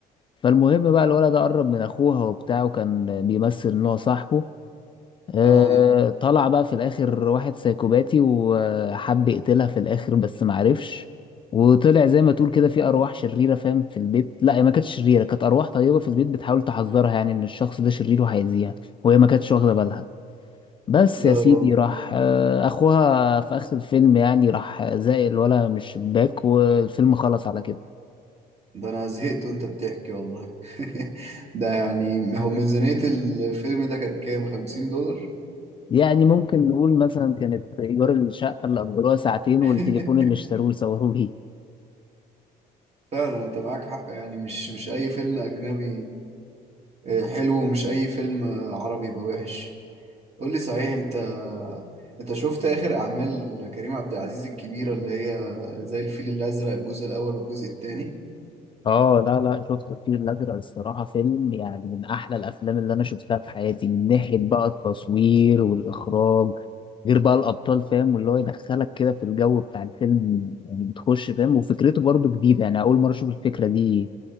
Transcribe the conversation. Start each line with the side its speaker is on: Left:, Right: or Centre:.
Left: فالمهم بقى الولد ده قرب من اخوها وبتاع وكان بيمثل ان هو صاحبه آه،
Right: اه
Left: طلع بقى في الاخر واحد سايكوباتي وحب يقتلها في الاخر بس معرفش وطلع زي ما تقول كده في ارواح شريره فاهم في البيت لا هي ما كانتش شريره كانت ارواح طيبه في البيت بتحاول تحذرها يعني ان الشخص ده شرير وهيأذيها وهي ما كانتش واخده بالها بس
Right: لا
Left: يا
Right: يا
Left: سيدي
Right: راجل
Left: راح آه، اخوها في اخر الفيلم يعني راح زائل الولا مش شباك والفيلم خلص على كده
Right: ده انا زهقت وانت بتحكي والله <laughs> ده يعني هو ميزانية الفيلم ده كانت كام خمسين دولار
Left: يعني ممكن نقول مثلا كانت ايجار الشقه اللي اجروها ساعتين
Right: <laughs>
Left: والتليفون اللي اشتروه وصوروه بيه
Right: فعلا انت معاك حق يعني مش مش اي فيلم اجنبي آه، حلو ومش اي فيلم آه، عربي يبقى وحش قول لي صحيح انت انت شفت اخر اعمال كريم عبد العزيز الكبيرة اللي هي زي الفيل الازرق الجزء الاول والجزء التاني
Left: اه لا لا شفت الفيل الازرق الصراحه فيلم يعني من احلى الافلام اللي انا شفتها في حياتي من ناحيه بقى التصوير والاخراج غير بقى الابطال فاهم واللي هو يدخلك كده في الجو بتاع الفيلم يعني بتخش فاهم وفكرته برضو جديده يعني اول مره اشوف الفكره دي